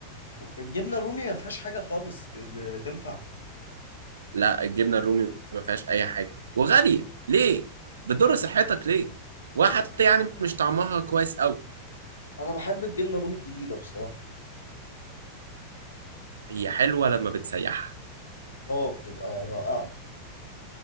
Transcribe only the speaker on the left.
الجبنه الرومي ما فيهاش حاجه خالص ت- تنفع
انا بحب الجبنه الرومي الجديده بصراحه
اه بتبقى رائعه